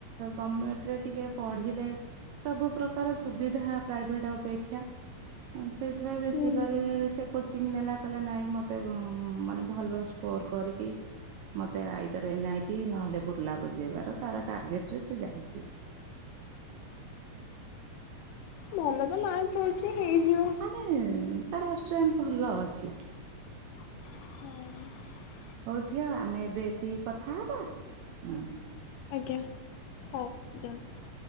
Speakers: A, on the right (about 75°); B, on the left (about 80°).
A: ଗମେଟେରେ ଟିକେ ପଢିଲେ ସବୁ ପ୍ରକାର ସୁବିଧା ପ୍ରାଇଭେଟ ଅପେକ୍ଷା। ସେଇଥିପାଇଁ ବେଶୀ
B: ହୁଁ
A: କରି ସେ କୋଚିଂ ନେଲା କଇଲା ନାଇଁ ମତେ ମାନେ ଭଲ ସ୍କୋର କରିକି ମତେ ଆଇଦର ଏନ ଆଇ ଟି ନହେଲେ ବୁର୍ଲା ବଜେଇବାର ତାର ଟାର୍ଗେଟ ରେ ସେ ଯାଇଛି।
B: ଭଲ ତ ମାର୍କ ରହୁଛି ହେଇଯିବ।
A: ମାନେ ତାର ଷ୍ଟ୍ରେନ୍ତ ଭଲ ଅଛି।
B: ହଁ
A: ହଉ ଝିଅ ଆମେ ଏବେ ଏତିକି କଥା ହେବା ହଁ।
B: ଆଜ୍ଞା ହଉ ଯାଅ।